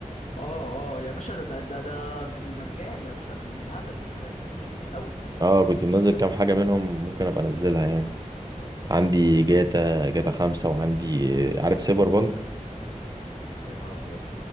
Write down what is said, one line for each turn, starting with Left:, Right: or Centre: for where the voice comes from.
Left: اه اه يا باشا ده ده ده ده بالمجان يا باشا بالهبل الحاجات دي بتنزل كتير قوي
Right: اه كنت منزل كام حاجه منهم ممكن ابقى انزلها يعني عندي جاتا جاتا خمسة وعندي آه، عارف سايبر بانك
Left: يا نهار ابيض